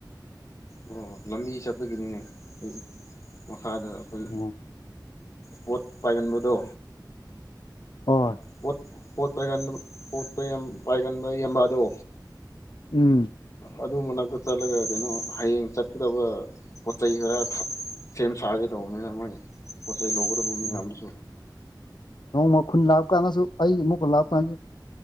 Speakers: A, on the left; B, on the left.
A: ꯑꯣ ꯂꯝꯕꯤ ꯆꯠꯄꯒꯤꯅꯤꯅꯦ ꯑꯩ ꯃꯈꯥꯗ ꯑꯩꯈꯣꯏ
B: ꯑꯣ
A: ꯄꯣꯠ ꯄꯥꯏꯒꯟꯕꯗꯣ
B: ꯑꯣꯏ
A: ꯄꯣꯠ ꯄꯣꯠ ꯄꯥꯏꯒꯟ ꯄꯣꯠꯇꯥ ꯌꯝ ꯄꯥꯏꯒꯟꯕ ꯏꯌꯥꯝꯕꯗꯣ
B: ꯎꯝ
A: ꯑꯗꯨ ꯃꯅꯥꯛꯇꯥ ꯆꯠꯂꯒ ꯀꯩꯅꯣ ꯍꯌꯦꯡ ꯆꯠꯀꯥꯗꯕ ꯄꯣꯠ ꯆꯩꯩ ꯈꯔ ꯁꯦꯝ ꯁꯥꯒꯦ ꯇꯧꯕꯅꯤꯅ ꯃꯣꯏ ꯄꯣꯠꯆꯩ ꯂꯧꯒꯗꯕ ꯃꯌꯥꯝꯗꯨꯁꯨ
B: ꯑꯣ ꯅꯣꯡꯃ ꯈꯨꯟ ꯂꯥꯞ ꯀꯥꯟꯗꯁꯨ ꯑꯩꯒꯤ ꯑꯃꯨꯛꯀꯥ ꯂꯥꯞ ꯀꯥꯟꯗꯁꯨ